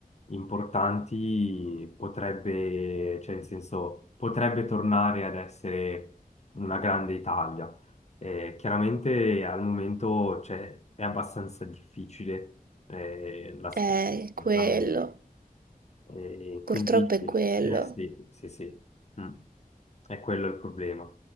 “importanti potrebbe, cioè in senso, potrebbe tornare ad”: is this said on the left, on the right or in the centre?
Left